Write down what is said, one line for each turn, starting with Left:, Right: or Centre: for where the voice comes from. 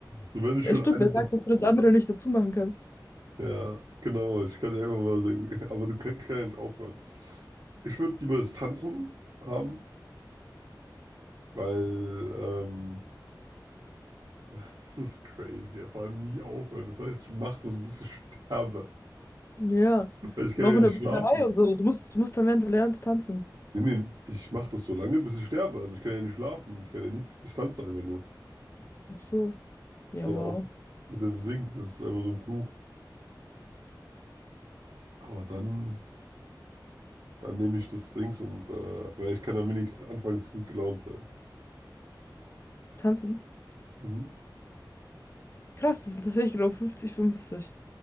Right: So, wenn ich
Left: Ja,
Right: schon
Left: stimmt,
Right: eine
Left: wer sagt,
Right: Sache.
Left: dass du das andere nicht dazu machen kannst?
Right: Ja, genau, ich kann ja immer mal sagen, aber du kannst kann ja nicht aufhören. Ich würde lieber das Tanzen haben, weil ähm, Das ist crazy, aber nie aufhören. Das heißt, ich mache das, bis ich sterbe.
Left: Ja,
Right: Weil ich kann
Left: und auch
Right: ja
Left: in
Right: nicht
Left: der Bücherei
Right: schlafen.
Left: und so. Du musst, du musst dann, während du lernst, tanzen.
Right: Nee, nee, ich mache das so lange, bis ich sterbe. Also ich kann ja nicht schlafen. Ich kann ja nichts. Ich tanze einfach nur.
Left: Ach so,
Right: Das
Left: ja,
Right: ist ja
Left: wow.
Right: auch mit dem Singen. Das ist einfach so ein Fluch. Aber dann, dann nehme ich das Dings und, äh, weil ich kann dann wenigstens anfangs gut gelaunt sein.
Left: Tanzen?
Right: Mhm.
Left: Krass, das sind tatsächlich genau 50, 50.